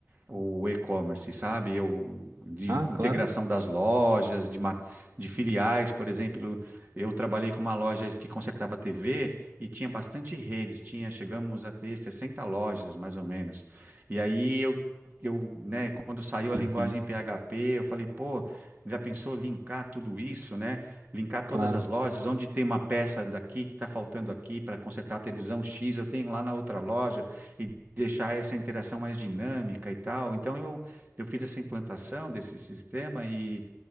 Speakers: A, on the right (about 35°); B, on the right (about 85°).
A: o e-commerce, sabe? Eu, de
B: ah,
A: integração
B: claro.
A: das lojas, de, ma- de filiais, por exemplo. Eu trabalhei com uma loja que consertava TV e tinha bastante redes, tinha, chegamos a ter 60 lojas, mais ou menos. E aí eu eu, né, quando saiu a
B: Uhum,
A: linguagem PHP, eu falei, pô, já pensou linkar tudo isso, né? Linkar
B: claro.
A: todas as lojas, onde tem uma peça daqui que está faltando aqui para consertar a televisão X, eu tenho lá na outra loja e deixar essa interação mais dinâmica e tal. Então eu, eu fiz essa implantação desse sistema e,